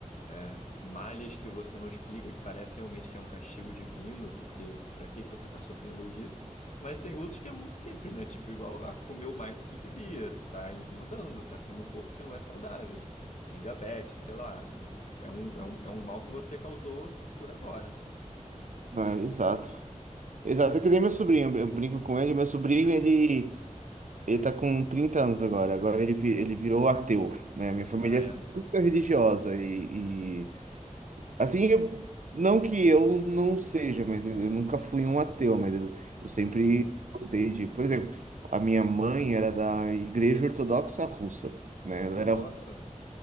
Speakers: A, on the left; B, on the right.
A: é, males que você não explica, que parece realmente que é um castigo divino, porque pra que que você tá sofrendo isso? Mas tem outros que é muito simples, né? Tipo, igual ah, comeu mais do que devia, tá engordando, tá tendo um corpo que não é saudável, tem diabetes, sei lá, e é um, é um, é um mal que você causou por agora.
B: Ah, exato. Exato, é que nem meu sobrinho, eu brinco com ele, meu sobrinho, ele, ele tá com 30 anos agora, agora ele, vi- ele virou ateu, né? Minha família
A: Ah,
B: é
A: é?
B: sempre muito religiosa e, Assim, eu- não que eu não seja, mas eu eu nunca fui um ateu, mas eu, eu sempre
A: Uhum.
B: gostei de. Por exemplo, a minha mãe era da Igreja Ortodoxa Russa, né? Ela
A: Nossa.
B: era. ru-